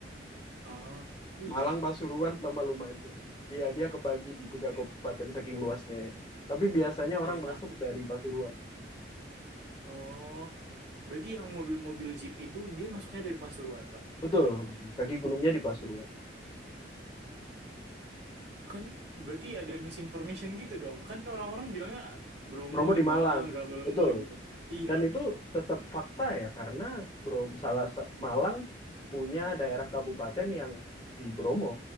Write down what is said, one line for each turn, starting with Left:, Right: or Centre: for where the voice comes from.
Right: oh
Left: <laughs>
Right: oh iya
Left: Malang, Pasuruan, sama Lumajang. Iya, dia kebagi di
Right: oke
Left: tiga kabupaten saking luasnya ya. Tapi biasanya orang
Right: iya
Left: masuk
Right: tapi
Left: dari Pasuruan.
Right: oh berarti yang mobil-mobil jeep itu dia masuknya dari Pasuruan enggak
Left: Betul, kaki gunungnya di Pasuruan.
Right: oke Kan berarti ada misinformation gitu dong. Kan orang-orang bilangnya Bromo
Left: Bromo
Right: di
Left: di Malang.
Right: Malang, bla bla
Left: Betul.
Right: bla gitu. Iya,
Left: Dan itu tetap fakta ya karena Bro salah sa- Malang punya daerah kabupaten yang di Bromo.